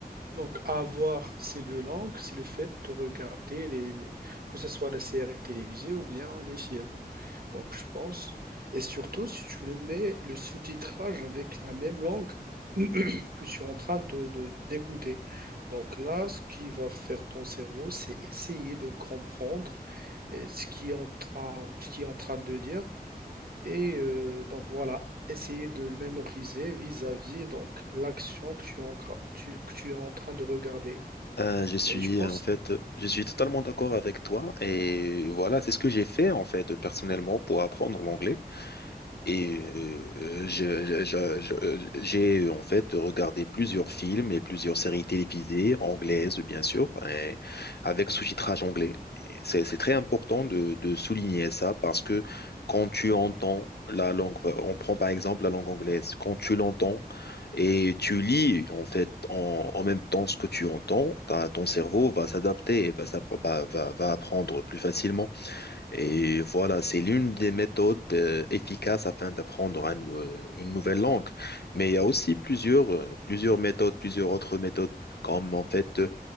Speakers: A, on the right; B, on the left.
A: donc à avoir ces deux langues, c'est le fait de regarder les, les- que ce soit les séries télévisées ou bien les films. Donc, je pense. Et surtout, si tu le mets le sous-titrage avec la même langue <clears throat> que tu es en train de, de- d'écouter. Donc là, ce qui va faire ton cerveau, c'est essayer de comprendre euh, ce qui est en train, ce qui est en train de dire. Et euh, donc voilà, essayer de le mémoriser vis-à-vis donc l'action que tu, es en gra- tu- que tu es en train de regarder.
B: Euh, je suis
A: Et je pense,
B: euh, en fait, euh, je suis totalement d'accord avec toi et voilà, c'est ce que j'ai fait en fait personnellement pour apprendre l'anglais. Et euh, je- je- je- je- j'ai en fait regardé plusieurs films et plusieurs séries télévisées, anglaises bien sûr, et avec sous-titrage anglais. Et C'est c'est très important de, de souligner ça parce que quand tu entends la langue, on prend par exemple la langue anglaise, quand tu l'entends et tu lis en fait en, en même temps ce que tu entends, ta- ton cerveau va s'adapter et va, s'appro- va va- va apprendre plus facilement. Et voilà, c'est l'une des méthodes euh, efficaces afin d'apprendre un, euh, une nouvelle langue. Mais il y a aussi plusieurs, euh, plusieurs méthodes, plusieurs autres méthodes, comme en fait euh,